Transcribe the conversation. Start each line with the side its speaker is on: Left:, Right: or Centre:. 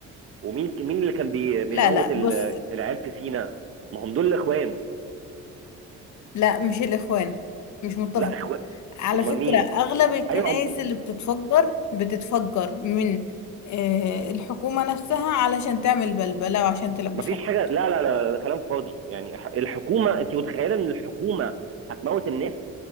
Right: ومين مين اللي كان بي... بيموت
Left: لا لا
Right: ال...
Left: بص
Right: العيال في سينا ما هم دول اخوان
Left: لا مش الإخوان مش متفقة
Right: لا اخوان
Left: على
Right: امال
Left: فكرة
Right: مين
Left: أغلب الكنائس
Right: ايوه أم...
Left: اللي بتتفجر بتتفجر من آه، الحكومة نفسها علشان تعمل بلبلة وعشان تلبسها
Right: مفيش
Left: لحد
Right: حاجه لا لا لا ده كلام فاضي يعني الحكومه انت متخيله ان الحكومه هتموت الناس